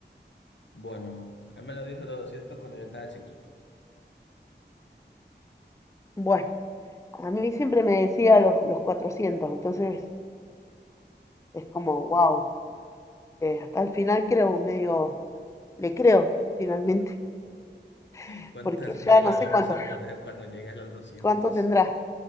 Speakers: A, on the left (about 75°); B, on the left (about 15°).
A: Bueno, él me lo dijo a los 200 cuando yo estaba chiquito.
B: Bueno, a mí siempre me decía los, los cuatrocientos entonces es como, wow, hasta el final creo, medio, le creo finalmente, <laughs>
A: ¿Cuántas
B: porque
A: velas
B: ya no sé
A: vamos
B: cuánto,
A: a poner cuando llegue a los 200?
B: cuánto tendrá,